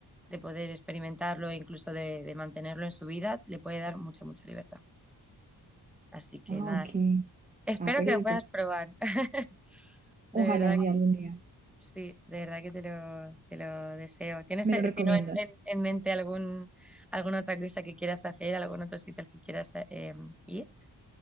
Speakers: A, in the centre; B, on the right.
A: de poder experimentarlo e incluso de, de mantenerlo en su vida, le puede dar mucha, mucha libertad. Así que
B: Ah,
A: nada,
B: ok,
A: espero
B: ah, pero
A: que lo
B: súper
A: puedas
B: chévere.
A: probar. <laughs> De
B: Ojalá
A: verdad
B: de
A: que
B: algún día,
A: sí, de verdad que te lo, te lo deseo. ¿Tienes,
B: me
A: eh,
B: lo recomiendas.
A: si no, en, en- en mente algún, alguna otra cosa que quieras hacer, algún otro sitio al que quieras eh, ir?